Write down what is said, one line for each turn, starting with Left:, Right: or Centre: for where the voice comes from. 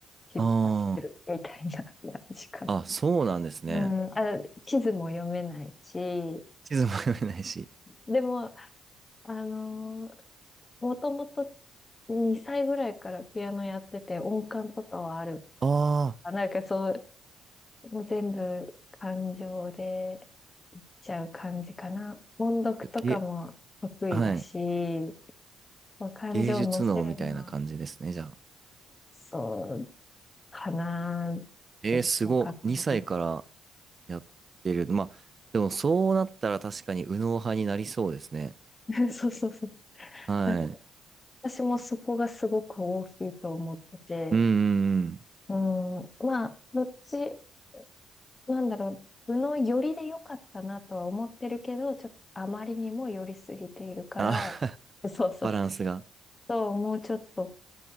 Left: 失敗するみたいな感じかな。
Right: ああ。あ、そうなんですね。
Left: うん、あ、地図も読めないし、
Right: 地図も読めないし。
Left: でも、あのー、もともと2歳ぐらいからピアノやってて、音感とかはある。
Right: あ
Left: あ、なんかそう、もう全部感情でいっちゃう感じかな。音読とかも得意だし、
Right: あ。げ、はい。
Left: こう感情を乗せるのは、
Right: 芸術脳みたいな感じですね、じゃあ。
Left: そうかな。
Right: えー、
Left: どちらかというと。
Right: すごい。2歳からやってる。まあ、でもそうなったら確かに右脳派になりそうですね。
Left: <laughs> そうそうそう。
Right: はい。
Left: なんか私もそこがすごく大きいと思ってて、
Right: うんうんうん。
Left: うん、まあ、どっち、なんだろう、部の寄りで良かったなとは思ってるけど、ちょっとあまりにも寄りすぎているから、
Right: あ、<laughs>
Left: そうそう。
Right: バランスが。
Left: そう、もうちょっと